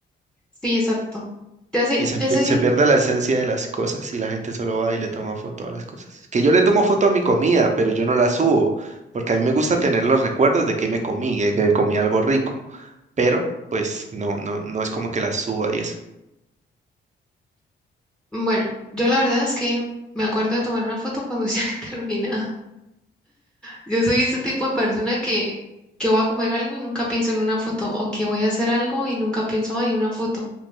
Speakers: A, in the centre; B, on the right.
A: Sí, exacto. Ya sé,
B: Y se,
A: ya
B: pi-
A: sé.
B: se pierde la esencia de las cosas y la gente solo va y le toma foto a las cosas. Que yo le tomo foto a mi comida, pero yo no la subo, porque a mí me gusta tener los recuerdos de que me comí, de que me comí algo rico, pero pues no, no, no es como que la suba y eso.
A: Bueno, yo la verdad es que me acuerdo de tomar una foto cuando <laughs> ya terminé Yo soy ese tipo de persona que, que voy a comer algo y nunca pienso en una foto, o que voy a hacer algo y nunca pienso en una foto.